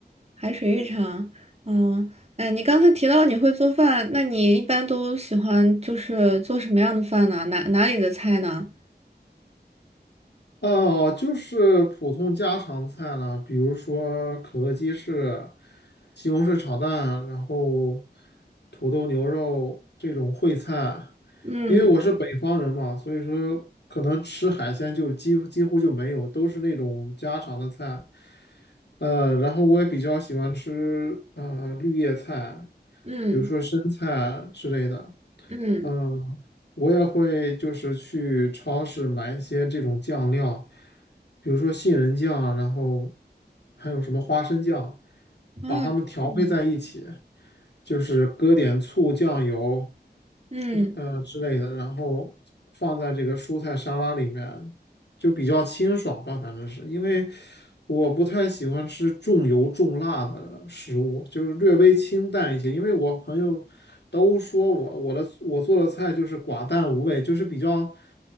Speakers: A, on the right; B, on the left.
A: 海水浴场，嗯，哎，你刚才提到你会做饭，那你一般都喜欢就是做什么样的饭呢？哪哪里的菜呢？
B: 哦，就是普通家常菜了，比如说可乐鸡翅、西红柿炒蛋，然后土豆牛肉这种烩菜。
A: 嗯。
B: 因为我是北方人嘛，所以说可能吃海鲜就几几乎就没有，都是那种家常的菜。呃，然后我也比较喜欢吃呃绿叶菜，
A: 嗯
B: 比如说生菜之类的。
A: 嗯
B: 嗯，我也会就是去超市买一些这种酱料，比如说杏仁酱啊，然后还有什么花生酱，
A: 哦，
B: 把它们调配在一起。
A: 嗯，
B: 就是搁点醋、酱油，
A: 嗯，
B: 嗯呃之类的，然后放在这个蔬菜沙拉里面，就比较清爽吧，反正是因为我不太喜欢吃重油重辣的食物，就是略微清淡一些。因为我朋友都说我我的我做的菜就是寡淡无味，就是比较